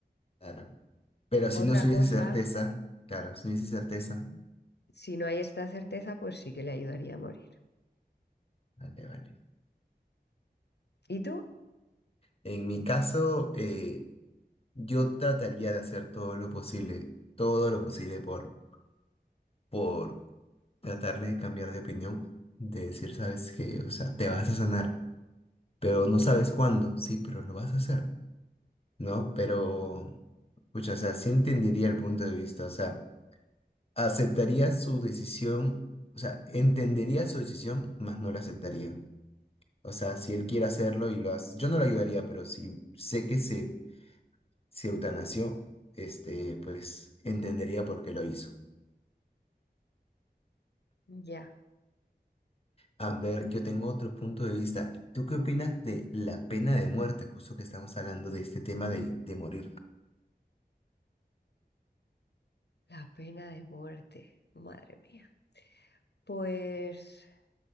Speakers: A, on the left (about 35°); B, on the left (about 80°).
A: Claro. Pero si
B: Otra
A: no hubiese
B: cosa,
A: certeza, claro, si no hubiese certeza,
B: si no hay esta certeza, pues sí que le ayudaría a morir.
A: vale, vale.
B: ¿Y tú?
A: En mi caso, eh, Yo trataría de hacer todo lo posible, todo lo posible por, por tratarle de cambiar de opinión, de decir, sabes que, o sea, te vas a sanar, pero no sabes cuándo, sí, pero lo vas a hacer, ¿no? Pero, pucha, o sea, sí entendería el punto de vista, o sea, aceptaría su decisión, o sea, entendería su decisión, más no la aceptaría. O sea, si él quiere hacerlo y lo hace, yo no lo ayudaría, pero si sé que se se eutanasió, este, pues entendería por qué lo hizo.
B: Ya,
A: A ver, yo tengo otro punto de vista. ¿Tú qué opinas de la pena de muerte? Justo que estamos hablando de este tema de, de morir.
B: la pena de muerte. Madre mía. Pues